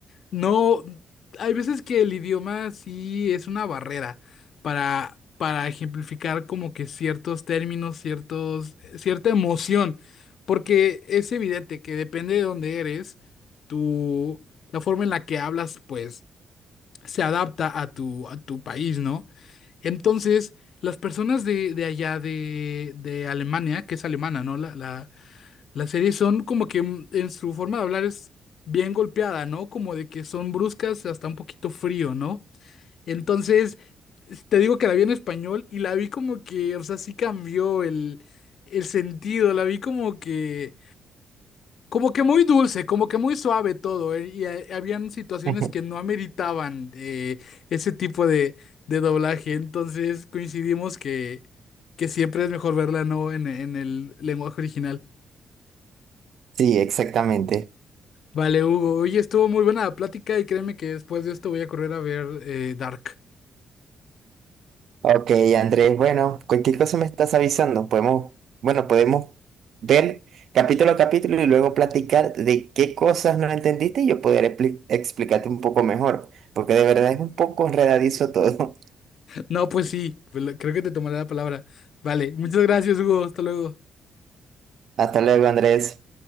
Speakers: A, on the left; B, on the right.
A: no, hay veces que el idioma sí es una barrera para, para ejemplificar como que ciertos términos, ciertos, cierta emoción, porque es evidente que depende de dónde eres, tú, la forma en la que hablas, pues se adapta a tu, a tu país, ¿no? Entonces, las personas de, de allá de, de Alemania, que es alemana, ¿no? La, la, la serie son como que mm, en su forma de hablar es bien golpeada, ¿no? Como de que son bruscas, hasta un poquito frío, ¿no? Entonces, te digo que la vi en español y la vi como que, o sea, sí cambió el, el sentido, la vi como que... Como que muy dulce, como que muy suave todo, ¿eh? Y ha- habían situaciones
B: <laughs>
A: que no ameritaban eh, ese tipo de, de doblaje, entonces coincidimos que, que siempre es mejor verla no en, en el lenguaje original.
B: Sí, exactamente.
A: Vale, Hugo, oye, estuvo muy buena la plática y créeme que después de esto voy a correr a ver eh, Dark. <laughs>
B: Ok, Andrés, bueno, cualquier cosa me estás avisando. Podemos, bueno, podemos ver capítulo a capítulo y luego platicar de qué cosas no entendiste y yo poder expli- explicarte un poco mejor, porque de verdad es un poco enredadizo todo.
A: No, pues sí, pues lo- creo que te tomaré la palabra. Vale, muchas gracias, Hugo, hasta luego.
B: <laughs> Hasta luego, Andrés.